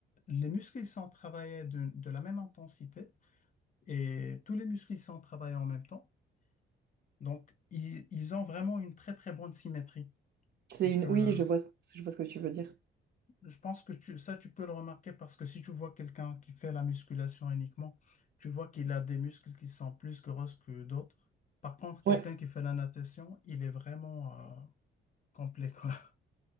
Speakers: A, on the left; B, on the right.
A: les muscles ils sont travaillés de, de la même intensité et tous les muscles ils sont travaillés en même temps. Donc, ils, ils ont vraiment une très très bonne symétrie. C'est
B: c'est une...
A: que
B: Oui, je vois, ce- je vois ce que tu veux dire.
A: Je pense que tu- ça, tu peux le remarquer parce que si tu vois quelqu'un qui fait la musculation uniquement, tu vois qu'il a des muscles qui sont plus grosses que d'autres. Par contre, quelqu'un
B: Ouais,
A: qui fait la natation, il est vraiment euh, complet, quoi. <laughs>